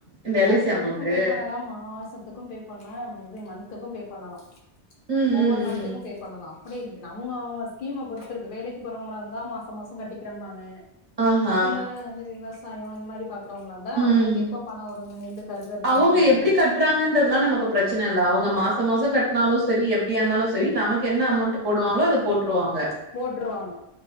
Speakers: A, on the right; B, on the left.
A: இந்த எல்
B: வருஷத்துக்கும்
A: ஐ சி அமௌண்ட்டு
B: பே பண்ணலாம் மாசத்துக்கும் பே பண்ணலாம் இது மன்துக்கும் பே பண்ணலாம்
A: ம்
B: ஒவ்வொர்
A: ம்
B: மந்துக்கும்
A: ம்
B: பே பண்ணலாம் அப்டி இருக்கு நம்ம அவங்க ஸ்கீம பொறுத்து இருக்கு வேலைக்கு போறவங்களா இருந்தா மாச மாசம் கட்டிக்கறம்பாங்க
A: ஆஹா
B: இல்ல வந்து விவசாயம் அந்த மாரி பாக்கறவங்களா இந்தா
A: ம்
B: அவங்களுக்கு எப்ப பணம் வரும் இந்த நெல்லுக்கு அறுவட இருக்கும்போது
A: அவங்க
B: வரும்.
A: எப்டி கட்டுறாங்கன்றதல்லாம் நமக்கு பிரச்சன இல்ல அவங்க மாச மாசம் கட்னாலும் சரி எப் படியா இருந்தாலும் சரி
B: ம்.
A: நமக்கு என்ன அமௌண்ட் போடுவாங்களோ அத போட்ருவாங்க
B: போட்ருவாங்க